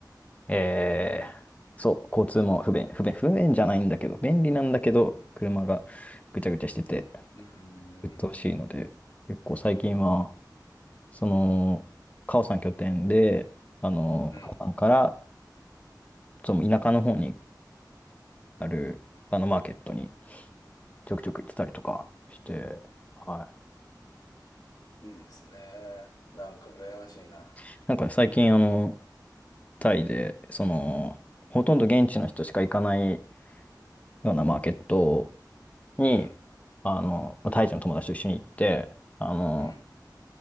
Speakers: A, on the left; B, on the left.
A: えー、そう、交通も不便、不便、不便じゃないんだけど、便利なんだけど、車がぐちゃぐちゃしてて、
B: うん。うん。
A: 鬱陶しいので、結構最近は、その、カオさん拠点で、あの、
B: うん
A: カオさんから、その田舎の方にある、あの、マーケットにちょくちょく行ってたりとかして、は
B: いいですね。なんか羨ましいな。
A: い。なんかね最近、あの、タイで、その、ほとんど現地の人しか行かないようなマーケットに、
B: うん。
A: あの、タイ人の友達と一緒に行って、あの、
B: うん。